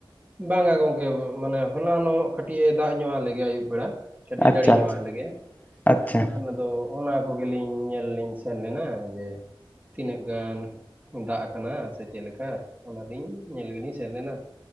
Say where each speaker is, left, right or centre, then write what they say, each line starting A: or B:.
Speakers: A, on the right (about 20°); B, on the left (about 20°).
A: ᱵᱟᱝ-ᱟ ᱜᱚᱝᱠᱮ ᱢᱟᱱᱮ ᱦᱚᱞᱟᱱᱚᱜ ᱠᱟᱹᱴᱤᱡ ᱮ ᱫᱟᱜ ᱧᱚᱜ ᱟᱜ ᱞᱮᱜᱮᱭᱟ ᱟᱹᱭᱩᱵ ᱵᱮᱲᱟ᱾ ᱠᱟᱹᱴᱤᱡ
B: ᱟᱪᱪᱷᱟ
A: ᱡᱟᱹᱲᱤ ᱧᱚᱜ
B: ᱟᱪᱪᱷᱟ
A: ᱟᱜ ᱞᱮᱜᱮᱭᱟ
B: ᱟᱪᱪᱷᱟ
A: ᱮᱱᱠᱷᱟᱱ ᱟᱫᱚ ᱚᱱᱟ ᱠᱚᱜᱮ ᱞᱤᱧ ᱧᱮᱞ ᱞᱤᱧ ᱥᱮᱱ ᱞᱮᱱᱟ ᱡᱮ ᱛᱤᱱᱟᱹᱜ ᱜᱟᱱ ᱫᱟᱜ ᱠᱟᱱᱟ ᱥᱮ ᱪᱮᱫ ᱞᱮᱠᱟ᱾ ᱚᱱᱟ ᱞᱤᱧ ᱧᱮᱞ ᱜᱮᱞᱤᱧ ᱥᱮᱱ ᱞᱮᱱᱟ